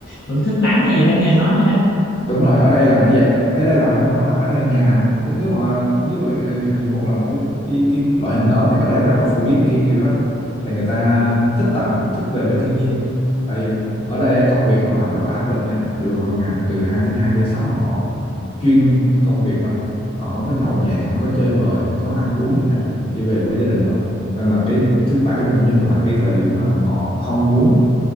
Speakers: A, on the left; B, on the left.
A: thưởng thức nắng hay gì đó như anh nói vậy đó
B: đúng rồi ở đây là nó dạy ở đây là văn hóa là ở đây nhà nào cũng- nếu mà nếu mà ờ, hàng du mục là một cái cái cái loại hình đó thì ở đây rất là phổ biến cái kiểu đó thì người ta thích tặng thích về với thiên nhiên tại vì ở đây á, công việc họ làm rất là áp lực nha dù hàng ngày từ hai thứ hai tới sáu là họ chuyên cái công việc thôi họ không có nhậu nhẹt không có chơi bời không có ăn uống gì hết chỉ về với gia đình thôi nên là cái thứ bảy và chủ nhật là cái thời điểm mà họ không muốn